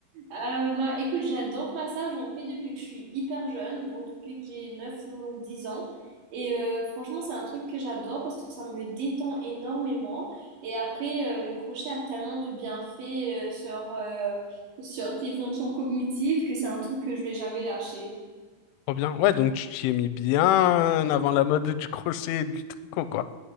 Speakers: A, on the right; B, on the left.
A: Euh, bah, écoute, j'adore faire ça. J'en fais depuis que je suis hyper jeune, donc depuis que j'ai 9 ou 10 ans. Et euh, franchement, c'est un truc que j'adore parce que ça me détend énormément. Et après, euh, le crochet a tellement de bienfaits euh, sur, euh, sur tes fonctions cognitives que c'est un truc que je vais jamais lâcher.
B: trop bien. Ouais, donc tu t'y es mis bien avant la mode du crochet et du tricot, quoi.